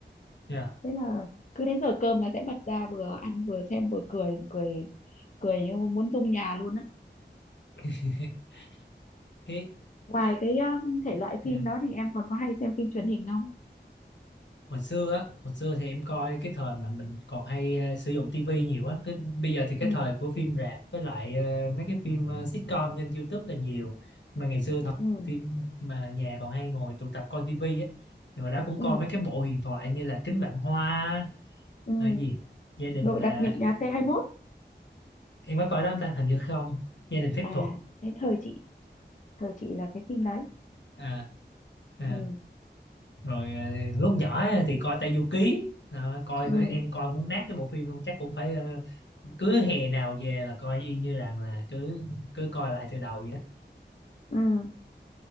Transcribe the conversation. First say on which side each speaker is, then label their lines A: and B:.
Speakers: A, on the left; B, on the left.
A: dạ
B: thế là cứ đến giờ cơm là sẽ bật ra vừa ăn vừa xem vừa cười cười cười như muốn rung nhà luôn á
A: <laughs> cái
B: ngoài cái ờ, thể loại
A: dạ.
B: phim đó thì em còn có hay xem phim truyền hình không
A: hồi xưa á hồi xưa thì em coi cái thời mà mình còn hay ờ, sử dụng tivi nhiều á cái bây giờ thì cái
B: ừ
A: thời của phim rạp với lại ờ, mấy cái phim ờ, sitcom trên YouTube là nhiều mà ngày xưa thời
B: ừ
A: mà phim mà nhà còn hay ngồi tụ tập coi tivi á thì hồi đó cũng
B: ừ
A: coi mấy cái bộ huyền thoại như là Kính Vạn Hoa
B: ừ
A: là cái gì gia đình
B: đội
A: là
B: đặc nhiệm nhà xe 21
A: em có coi đó không ta hình như không gia đình phép
B: à
A: thuật
B: thế thời chị thời chị là cái phim đấy
A: à, à
B: ừ
A: rồi ờ, lúc nhỏ á thì coi Tayuki Đó, coi
B: ừ
A: coi- em coi muốn nát cái bộ phim luôn chắc cũng phải ờ, cứ hè nào về là coi y như rằng là cứ cứ coi lại từ đầu vậy đó
B: ừ